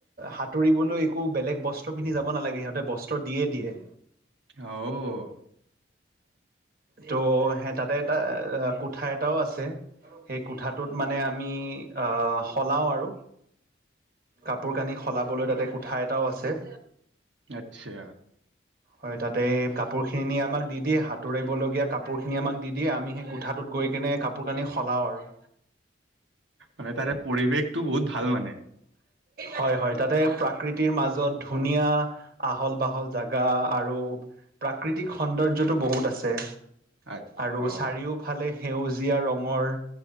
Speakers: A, on the right (about 50°); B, on the right (about 85°).
A: সাঁতুৰিবলৈ একো বেলেগ বস্ত্ৰ পিন্ধি যাব নালাগে সিহঁতে বস্ত্ৰ দিয়ে দিয়ে
B: আও
A: ত সে' তাতে এটা কোঠা এটাও আছে। সেই কোঠাটোত মানে আমি আহ সলাও আৰু কাপোৰ কানি সলাবলৈ তাতে কোঠা এটাও আছে।
B: আচ্ছা।
A: হয় তাতে এই কাপোৰ খিনি আমাক দি দিয়ে সাঁতুৰিবলগীয়া কাপোৰ খিনি আমাক দি দিয়ে আমি সেই কোঠাটোত গৈ লৈ কিনে কাপোৰ কানি সলাওঁ আৰু।
B: মানে তাৰে পৰিৱেশটো বহুত ভাল মানে।
A: হয় হয় তাতে প্ৰাকৃতিৰ মাজত ধুনীয়া আহল বাহল জাগা আৰু প্ৰাকৃতিক সৌন্দৰ্যতটো বহুত আছে
B: তাত
A: আৰু
B: অ'
A: চাৰিওফালে সেউজীয়া ৰঙৰ